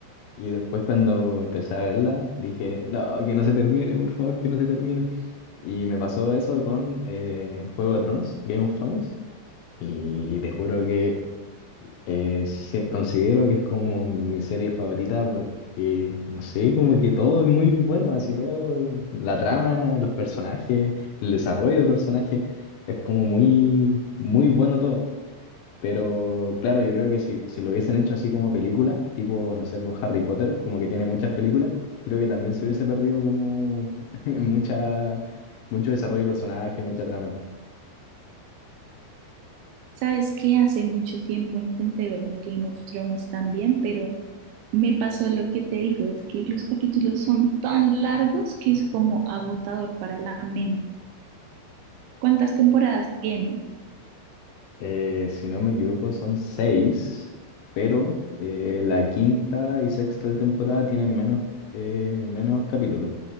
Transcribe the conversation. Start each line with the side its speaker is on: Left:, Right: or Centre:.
Left: Y después cuando empecé a verla, dije, no, que no se termine, por favor, que no se termine. Y me pasó eso con eh, Juego de Tronos, Game of Thrones, y te juro que eh, sí, considero que es como mi serie favorita porque, no sé, como que todo es muy bueno, así todo, la trama, los personajes, el desarrollo de personajes, es como muy, muy bueno todo. Pero claro, yo creo que si, si lo hubiesen hecho así como película, tipo, no sé, pues Harry Potter, como que tiene muchas películas, creo que también se hubiese perdido como <laughs> mucha, mucho desarrollo de personaje, mucha trama.
Right: Sabes que hace mucho tiempo intenté verme Game of Thrones también, pero me pasó lo que te digo, es que los capítulos son tan largos que es como agotador para la mente. ¿Cuántas temporadas tiene?
Left: Eh, si no me equivoco, son seis, pero eh, la quinta y sexta temporada tienen menos, eh, menos capítulos.